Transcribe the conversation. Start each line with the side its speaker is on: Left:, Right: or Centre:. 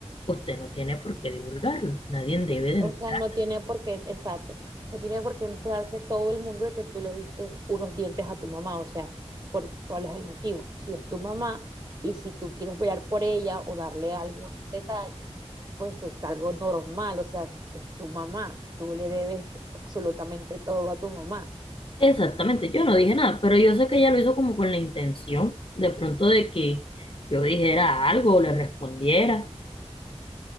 Left: usted no tiene por qué divulgarlo. Nadie debe de
Right: O
Left: entrar.
Right: sea, no tiene por qué, exacto, no tiene por qué entrarse todo el mundo de que tú le diste unos dientes a tu mamá, o sea, por, ¿cuál es el motivo? Si es tu mamá y si tú quieres velar por ella o darle algún detalle, pues es algo normal, o sea, es tu mamá, tú le debes absolutamente todo a tu mamá,
Left: Exactamente, yo no dije nada, pero yo sé que ella lo hizo como con la intención, de pronto de que yo dijera algo o le respondiera,